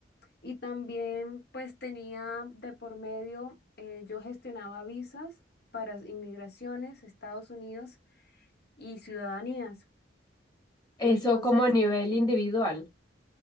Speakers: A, on the left; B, on the left.
A: Y también pues tenía de por medio, eh, yo gestionaba visas para inmigraciones, Estados Unidos y ciudadanías.
B: eso
A: Entonces
B: como a nivel individual.